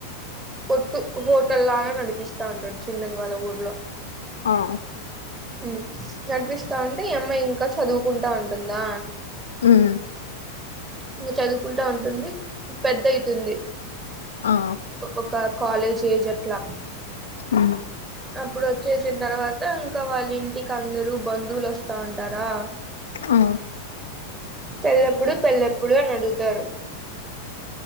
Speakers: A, on the right (about 20°); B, on the left (about 65°).
A: కొట్టు హోటల్ లాగా నడిపిస్తా ఉంటాడు చిన్నది వాళ్ళ ఊర్లో
B: ఆ
A: మ్మ్ నడిపిస్తస్తా ఉండి అతే అమ్మాయి ఇంకా చదువుకుంటా ఉంటుందా
B: ఉమ్
A: ఇ చదువుకుంటా ఉంటుంది పెద్ద అయితుంది
B: ఆ
A: ఒక కాలేజ్ ఏజ్ అట్లా
B: ఉమ్
A: అప్పుడు వచ్చేసిన తర్వాత ఇంకా వాళ్ళ ఇంటికి అందరుూ బంధువులు వస్తా ఉంటారా
B: ఆ
A: పెల్లప్పుడు పెల్లప్పుడు అని అడుగుతారు